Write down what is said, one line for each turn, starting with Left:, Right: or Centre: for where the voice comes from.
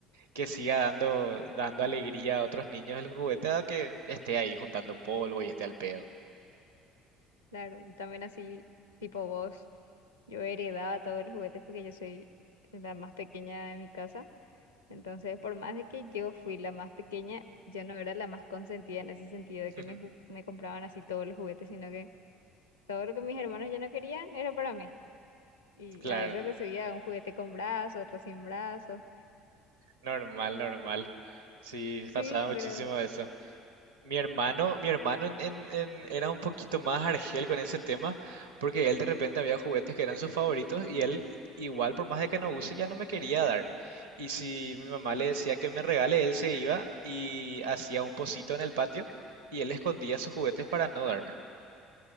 Right: que siga dando, dando alegría a otros niños el juguete a que esté ahí juntando polvo y esté al pedo.
Left: Claro, yo también así, tipo vos. Yo heredaba todos los juguetes porque yo soy la más pequeña de mi casa. Entonces, por más de que yo fui la más pequeña, yo no era la más consentida en ese sentido de que
Right: <laughs>
Left: me, ju- me compraban así todos los juguetes, sino que Todo lo que mis hermanos ya no querían era para mí. Y
Right: Claro,
Left: a veces recibía un juguete con brazo, otro sin brazo.
Right: normal, normal. Sí, pasaba
Left: Sí,
Right: muchísimo
Left: pero
Right: eso. Mi hermano, mi hermano en- en- en- era un poquito más argel con ese tema, porque él de repente había juguetes que eran sus favoritos y él igual por más de que no use ya no me quería dar. Y si mi mamá le decía que me regale, él se iba y hacía un pocito en el patio y él escondía sus juguetes para no darme.